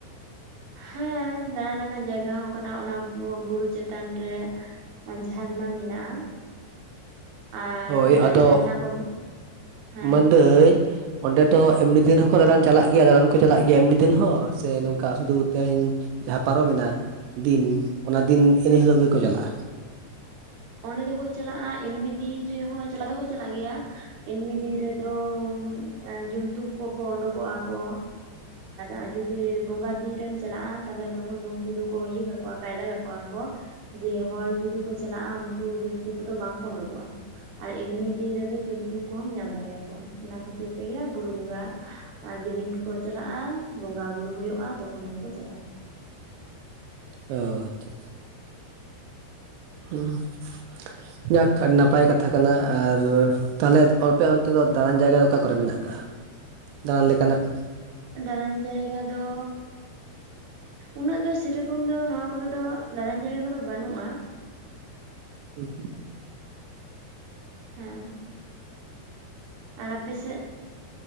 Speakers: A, on the right; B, on the right.
A: ᱦᱮᱸ ᱫᱟᱲᱟᱱ ᱞᱮᱠᱟᱱ ᱡᱟᱭᱜᱟ ᱦᱚᱸ ᱠᱟᱱᱟ ᱚᱱᱟ ᱵᱩ ᱵᱩᱨᱩ ᱪᱮᱛᱟᱱ ᱨᱮ ᱡᱷᱟᱨᱱᱟ ᱢᱮᱱᱟᱜᱼᱟ, ᱟᱨ
B: ᱦᱳᱭ ᱟᱫᱚ
A: ᱡᱷᱟᱨᱱᱟ ᱠᱚ ᱦᱮᱸ
B: ᱢᱟᱹᱱ ᱫᱟᱹᱧ, ᱚᱸᱰᱮ ᱫᱚ ᱮᱢᱱᱤ ᱫᱤᱱ ᱨᱮᱦᱚᱸ ᱠᱚ ᱫᱟᱬᱟᱱ ᱪᱟᱞᱟᱜ ᱜᱮᱭᱟ ᱫᱟᱬᱟᱱ ᱠᱚ ᱪᱟᱞᱟᱜ ᱜᱮᱭᱟ ᱮᱢᱱᱤ ᱫᱤᱱ ᱦᱚᱸ ᱥᱮ ᱱᱚᱝᱠᱟ ᱥᱩᱫᱩ ᱛᱮᱦᱮᱧ, ᱡᱟᱦᱟᱸ ᱯᱟᱨᱚᱢᱮᱱᱟ ᱫᱤᱱ ᱚᱱᱟ ᱫᱤᱱ ᱤᱱᱟᱹ ᱦᱤᱞᱳᱜ ᱜᱮᱠᱚ ᱪᱟᱞᱟᱜᱼᱟ,
A: ᱚᱸᱰᱮ ᱫᱚᱠᱚ ᱪᱟᱞᱟᱜᱼᱟ ᱮᱢᱱᱤ ᱫᱤᱱ ᱨᱮᱦᱚᱸ ᱪᱟᱞᱟ ᱫᱚᱠᱚ ᱪᱟᱞᱟᱜ ᱜᱮᱭᱟ, ᱮᱢᱱᱤ ᱫᱤᱱ ᱨᱮᱫᱚ ᱮ ᱡᱚᱱᱛᱩ ᱠᱚᱠᱚ ᱩᱸᱰᱩ ᱠᱚᱜ ᱟᱠᱚ, ᱟᱨ ᱡᱩᱫᱤ ᱵᱚᱸᱜᱟ ᱫᱤᱱ ᱨᱮᱢ ᱪᱟᱞᱟᱜᱼᱟ ᱛᱟᱦᱚᱞᱮ ᱛᱚᱠᱷᱚᱱ ᱫᱚ ᱩᱱᱠᱩ ᱫᱚᱠᱚ ᱤᱭᱟᱹ ᱠᱟᱠᱚᱣᱟ ᱠᱟᱭᱫᱟ ᱠᱟᱠᱚ ᱟᱠᱚ, ᱡᱮ ᱦᱚᱲ ᱡᱩᱫᱤ ᱠᱚ ᱪᱟᱞᱟᱜᱼᱟ ᱩᱱᱠᱩ ᱡᱚᱱᱛᱩ ᱠᱚᱫᱚ ᱵᱟᱝ ᱠᱚ ᱩᱰᱩ ᱠᱚᱜᱼᱟ, ᱟᱨ ᱮᱢᱱᱤ ᱫᱤᱱ ᱨᱮᱫᱚ ᱡᱚᱱᱛᱩ ᱠᱚ ᱦᱚᱸᱢ ᱧᱟᱢ ᱫᱟᱲᱮᱭᱟ ᱠᱚᱣᱟ ᱚᱱᱟ ᱠᱷᱟᱹᱛᱤᱨ ᱛᱮᱜᱮ ᱵᱩᱨᱩ ᱵᱚᱸᱜᱟ, ᱟᱨ ᱡᱮ ᱫᱤᱱ ᱠᱚ ᱪᱟᱞᱟᱜᱼᱟ ᱵᱚᱸᱜᱟ ᱵᱩᱨᱩᱳ ᱦᱳᱭᱳᱜᱼᱟ ᱛᱚᱠᱷᱚᱱ ᱜᱮᱠᱚ ᱪᱟᱞᱟᱜᱼᱟ,
B: ᱚ ᱟᱪᱪᱟ ᱟᱪᱪᱷᱟ ᱟᱪᱪᱷᱟ ᱩᱸ ᱡᱟᱠ ᱟᱹᱰᱤ ᱱᱟᱯᱟᱭ ᱠᱟᱛᱷᱟ ᱠᱟᱱᱟ ᱟᱨ, ᱛᱟᱦᱚᱞᱮ ᱟᱯᱮ ᱚᱱᱛᱮ ᱫᱚ ᱫᱟᱬᱟᱱ ᱡᱟᱭᱜᱟ ᱫᱚ ᱚᱠᱟ ᱠᱚᱨᱮ ᱢᱮᱱᱟᱜ ᱟᱠᱟᱜᱼᱟ ᱫᱟᱬᱟᱱ ᱞᱮᱠᱟ ᱱᱟᱜ,
A: ᱫᱟᱬᱟᱱ ᱡᱟᱭᱜᱟ ᱫᱚ, ᱩᱱᱟᱹᱜ ᱫᱚ ᱥᱮ ᱨᱚᱠᱚᱢ ᱫᱚ ᱱᱚᱣᱟ ᱠᱚᱨᱮ ᱫᱚ ᱫᱟᱬᱟᱱ ᱡᱟᱭᱜᱟ ᱠᱚᱫᱚ ᱵᱟᱹᱱᱩᱜᱼᱟ,
B: ᱦᱩᱸ
A: ᱦᱩᱸ ᱟᱨ ᱟᱯᱮᱥᱮᱫ?